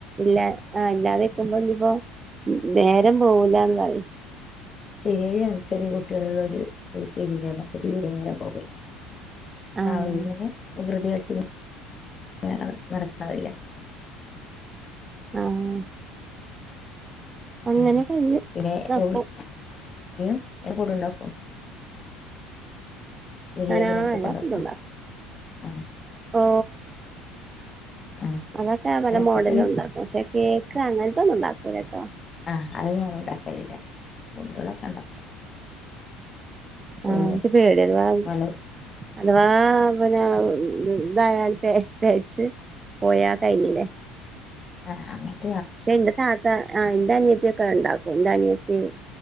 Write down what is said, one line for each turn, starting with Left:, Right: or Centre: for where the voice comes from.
Right: ഇല്ല ആഹ് ഇല്ലാതെക്കുമ്പോ പ്പോ നേരം പോവൂലാന്ന് പറയ്
Left: ശരിയാ ചെറിയ കുട്ടികളുള്ളോര് <unintelligible> തീരെ നേരം പോകും
Right: ആഹ്
Left: ആവൂ ഇങ്ങനെ <unintelligible> തീ <unintelligible> നടക്കാൻ വയ്യ
Right: ആഹ് അങ്ങനെ
Left: ഉം
Right: കയ്യും
Left: പിന്നെ
Right: ഇതാക്കും
Left: ഉള്ളിൽ <unintelligible> എപ്പോടുംണ്ടാക്കും ബിരിയാണി
Right: ഞാനാ
Left: <unintelligible>
Right: എല്ലാ
Left: ക്കൊണ്ടപ്പ
Right: ഫുഡും ഉണ്ടാക്കും
Left: ആ
Right: ഓ
Left: ഉം
Right: അതൊക്കെ പല
Left: അതൊക്കെ
Right: മോഡലും ഉണ്ടാക്കും ക്ഷെ കേക്ക് അങ്ങനത്തൊന്നും ഉണ്ടാക്കൂല ട്ടോ
Left: ആഹ് അത് ഞാൻ ഉണ്ടാക്കയില്ല കുണ്ടകളൊക്കെ ഉണ്ട ചോറും
Right: ആ എക്ക് പേടി അത്വാ
Left: പല
Right: അഥവാ പ ഞാൻ തായാൽ പേ പേച്ച് പോയാ കഴിഞ്ഞില്ലേ
Left: ആഹ
Right: ച്ചേ ന്റെ താത്ത അ ന്റെ അനിയത്തിയൊക്കെ ഉണ്ടാക്കും ന്റെ അനിയത്തി